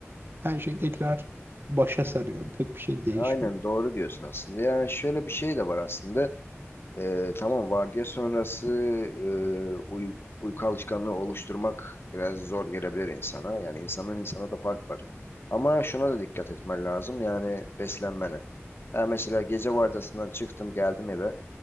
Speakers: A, on the right; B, on the left.
A: Her şey tekrar başa sarıyor. Pek bir şey değişmiyor.
B: Aynen doğru diyorsun aslında. Yani şöyle bir şey de var aslında. Ee, tamam vardiya sonrası e, uy- uyku alışkanlığı oluşturmak biraz zor gelebilir insana. Yani insandan insana da fark var. Ama şuna da dikkat etmen lazım. Yani beslenmene. Ha mesela gece vardiyasından çıktım geldim eve.